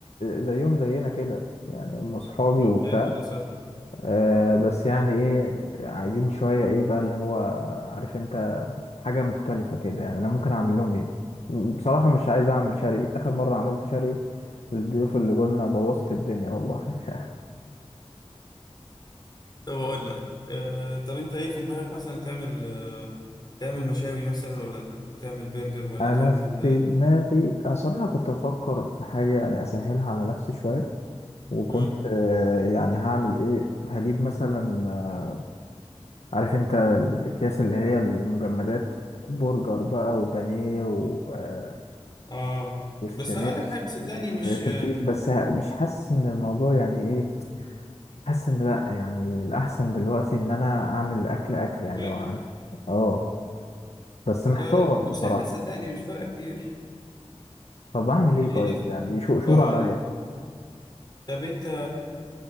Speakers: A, on the left; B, on the left.
A: زيهم زينا كده يعني هم صحابي
B: طب
A: وبتاع
B: حلو ده صح
A: آه بس يعني ايه عايزين شوية ايه بقى اللي هو عارف انت حاجة مختلفة كده يعني أنا ممكن أعمل لهم إيه بصراحة مش عايز أعمل شري آخر مرة عملت شري للضيوف اللي جولنا بوظت الدنيا والله <laughs>
B: طب اقول لك آه طب انت ايه في دماغك مثلا تعمل آه تعمل مشاوي مثلا ولا تعمل برجر ولا
A: أنا
B: تعمل
A: في
B: آه
A: دماغي أنا صراحة كنت بفكر في حاجة يعني أسهلها على نفسي شوية وكنت
B: مم.
A: آه، يعني هعمل إيه هجيب مثلا آه، عارف أنت الأكياس اللي هي المجمدات برجر بقى وبانيه و... آه،
B: اه
A: وستريبس
B: بس هقول لك حاجه صدقني
A: وسوسيس
B: مش آه،
A: بس ه- مش حاسس إن الموضوع يعني إيه حاسس ان لا يعني الاحسن دلوقتي ان انا اعمل اكل اكل يعني
B: فريش
A: لو عارف اه بس
B: لا
A: محتار
B: لا
A: بصراحه
B: وسهله صدقني مش فارقه كتير
A: طب اعمل ايه
B: يعني
A: طيب
B: أس-
A: يعني شو شور
B: هقول
A: عليا
B: لك طب انت